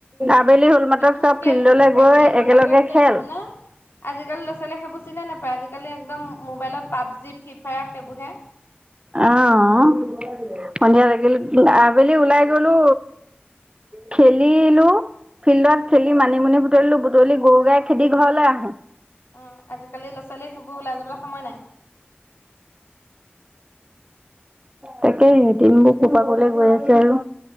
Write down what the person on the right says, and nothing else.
আবেলি হ'ল মাত্ৰ
চব
ফিল্ডলৈ গৈ
একেলগে
খেল।
আহ সন্ধিয়া লাগিল আবেলি ওলাই গলো। খেলিলো। ফিল্ডত
খেলি মানিমুনি বুটলিলো। বুটলি গৰু গাই খেদি ঘৰলৈ আহো।
তাকেহে সেইদিনবোৰ ক'ৰ পা কলৈ গৈ আছে আৰু।